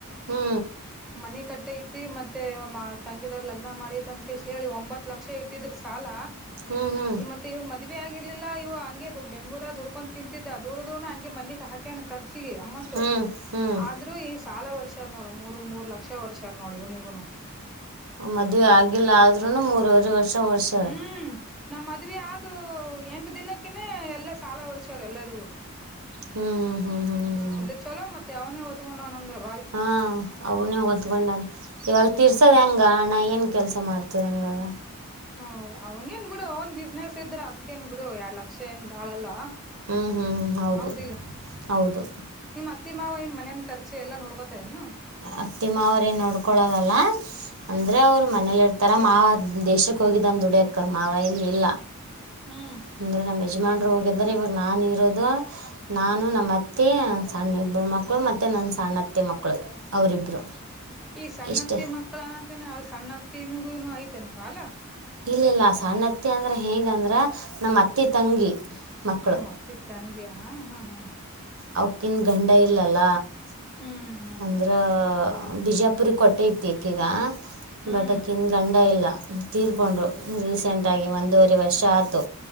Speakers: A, on the right; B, in the centre.
A: ಹ್ಞೂ
B: ಮನೆ ಕಟ್ಟ. ಐತಿ ಮತ್ತೆ ತಂಗಿದರ್ ಲಗ್ನ ಮಾಡಿತ್ ಅಂದ್ <unintelligible> ಹೇಳಿ ಒಂಬತ್ ಲಕ್ಷ ಇಟ್ಟಿದರು ಸಾಲ.
A: ಹ್ಞೂ ಹ್ಞೂ
B: ಈ ಮತ್ತೆ ಇವನ್ ಮದ್ವಿ ಆಗರ್ಲಿಲ್ಲ ಇವ. ಹಂಗಗೆದು ಬ ಬೆಂಗೂರ ದುಡ್ಕೊಂಡುಂತಿದ್ದ ದ ದುಡ್. ಹಂಗೆ ಮನಿ ಹಾಕ್ಯನಾ ಖರ್ಚಿಗೆ ಅಮೌಂಟ್
A: ಹ್ಞೂ ಹ್ಞೂ
B: ಆದ್ರೂ ಈ. ಸಾಲ ವರ್ಷಾರ ನೋಡು ಮೂರು ಮೂರು ಲಕ್ಷ ವರ್ಷಾರ ನೋಡಿ ಇವನಿಗೋನು.
A: ಮದ್ೆ ಆಗಿಲ್ಲ ಆದ್ೂನು ಮೂರವರೆ ವರ್ಷ ಓಡ್ಸ್ಯಾರ
B: ಹ್ಮ್. ನಮ್ಮ್ ಮದ್ವಿ ಆದ ಎಂಟು ದಿನಕ್ಕಿನೇ ಎಲ್ಲ ಸಾಲ ಒರ್ಸ್ಯವ್ರ ಎಲ್ಲರಿಗೂ.
A: ಹ್ಞೂ ಹ್ಞೂ ಹ್ಞೂ ಹ್ಞೂ
B: ಹ್ಮ್ ಮತ್ತೆ ಚಲೋ ಮತ್ತೆ ಅವನ ಹೊ. <unintelligible>
A: ಹಾ ಅವನೇ ಹೊದ್ಕೊಂಡಾನೆ ಇವಾಗ
B: ಹ್ಮ್
A: ತೀರ್ಸೋದ ಹೆಂಗಣಾ ಏನ್ ಕೆಲ್ಸ ಮಾಡ್ತ ತಿದನೆ ಇವಾಗ
B: ಹ ಅವಂಗ ಏನ್ ಬಿಡು ಅವನ್ ಬಿಸ್ನೆಸ್ ಇದ್ರ ಅದಕ ನ್ ಬಿಡು ಎರಡ್ ಲಕ್ಷ ಏನ್ ಬಾಳಲ್ಲ
A: ಹ್ಞೂ ಹ್ಞೂ ಹ್ಞೂ ಹೌದು
B: ಹೌದಿಲ್ಲ
A: ಹೌದು
B: ನಿಮ್ಮ್ ಅತ್ತಿ ಮಾವ ನ್ ಮನೆಯನ್ ಖರ್ಚೆ ಎಲ್ಲಾ ನೋಡ್ಕೋ <unintelligible>
A: ಅತ್ತಿ ಮಾವ್ರೇನು ನೋಡ್ಕೊಳೋದಲ್ಲ
B: ಹ್ಮ್
A: ಅಂದ್ರೆ ಅವ್ರು ಮನೇಲಿ ಇರ್ತಾರ ಮಾವ ದೇಶಕ್ಕೆ ಹೋಗಿದ್ದಂದು ದುಡ್ಯಕ್ಕ ಮಾವ ಇಲ್ಲಿ ಇಲ್ಲ
B: ಹ್ಮ್
A: ಅಂದ್ರೆ ನಮ್ಮ ಯಜಮಾನ್ರು ಹೋಗ ಆದರೆ ಇವಾಗ ನಾನು ಇರೋದು ನಾನು ನಮ್ಮ ಅತ್ತೆ ಸಣ್ಣಿಬ್ಬರು ಮಕ್ಕಳು ಮತ್ತೆ ನನ್ನ ಸಣ್ಣ ಅತ್ತೆ ಮಕ್ಕಳು ಅವರಿಬ್ರು
B: ಈ ಸಣ್ಣತ್ತ
A: ಇಷ್ಟೇ
B: ಮಕ್ಕಳ ಅವ ಸಣ್ಣ ಹತ್ತಿನಗುನು ಐತೆನ ಪ ಅಲ್ಲ
A: ಇಲ್ಲ ಇಿಲ್ಲ ಸಣ್ಣ ಅತ್ತಿ ಅಂದ್ರ ಹೇಂಗ ಅಂದ್ರ ನಮ್ಮ್ ಅತ್ತಿ ತಂಗಿ ಮಕ್ಕಳು
B: ನಮತ್ತಿ ತಂಗಿಯ ಹಾ ಹ್ಮ
A: ಅವಕಿಂದು ಗಂಡ ಇಲ್ಲಲ್ಲ
B: ಹ್ಮ್ ಹ್ಮ್
A: ಅಂದ್ರ ಬಿಜಾಪುರಿ ಕೊಟ್ಟೆತಿ ಈಕೆಗ
B: ಹ್ಮ್
A: ಬಟಾಕನ್ ಗಂಡ ಇಲ್ಲ ತೀರ್ಕೊಂಡ್ರು ರೀಸೆಂಟ್ ಆಗಿ ಒಂದೂವರೆ ವರ್ಷ ಆತು